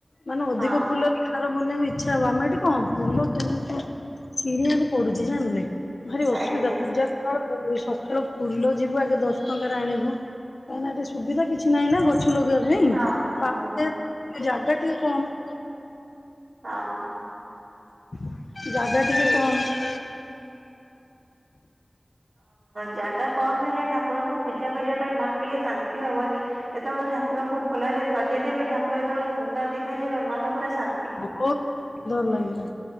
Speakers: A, on the left; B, on the right.
A: ମାନେ ଅଧିକ
B: ହଁ।
A: ଫୁଲ ହାର ବନେଇ---କୁ ଇଚ୍ଛା ହବ, ଆମେ ଏଠି କ'ଣ ଫୁଲ କିଣୁଚୁ, କିଣି--କୁ ପଡୁଚି ଜାଣ୍ଲେ। ଭାରି ଅସୁବିଧା,
B: ଆଜ୍ଞା
A: ପୂଜା ସଖାଳୁ ଫୁଲ ଯିବୁ ଆଗେ ଦଶ୍ ଟଙ୍କାରେ ଆଣିବୁ। <inaudible>
B: ହଁ ହଁ <inaudible>
A: <inaudible>
B: ଜାଗା କମ୍ ହେଲେ, ଠାକୁରଙ୍କୁ ପୂଜା କରିବା ପାଇଁ ମନ ଟିକେ ଶାନ୍ତି ବନି। ଯେତେବେଳେ ଠାକୁରଙ୍କୁ ଫୁଲରେ ସଜେଇ ଦେବେ ଠାକୁର ଯେତେବେଳେ ସୁନ୍ଦର ଦେଖା ଯିବେ ମନ ପୁରା ଶା
A: ବହୁତ ସୁନ୍ଦର ଲାଗିବ।